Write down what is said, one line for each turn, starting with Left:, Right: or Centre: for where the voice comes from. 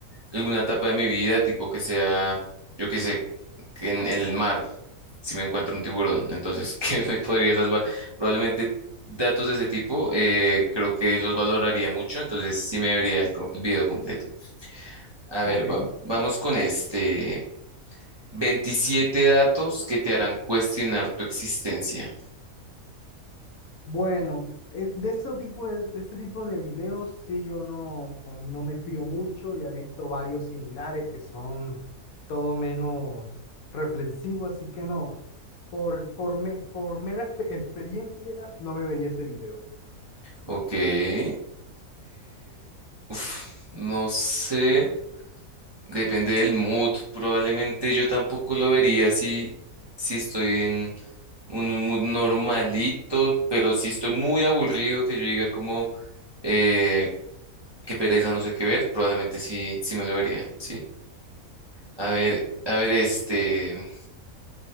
Right: alguna etapa de mi vida, tipo que sea, yo que sé, que en, en el mar, si me encuentro un tiburón. Entonces, <laughs> ¿qué me podría salvar? Probablemente datos de ese tipo, eh, creo que los valoraría mucho. Entonces, sí me vería el co- el video completo. A ver,
Left: Ok,
Right: va- vamos con este. veintisiete datos que te harán cuestionar tu existencia.
Left: Bueno, es de ese tipo de, de ese tipo de videos sí yo no, no me fío mucho, ya he visto varios similares que son todo menos reflexivos, así que no, por, por, me- por mera expe- experiencia no me vería ese video.
Right: Ok. eh, uf, no sé. Depende del mood. Probablemente yo tampoco lo vería si, si estoy en un, un mood normalito, pero si estoy muy aburrido, que yo diga como eh, qué pereza, no sé qué ver, probablemente sí, sí me lo vería. Sí. A ver, a ver, este.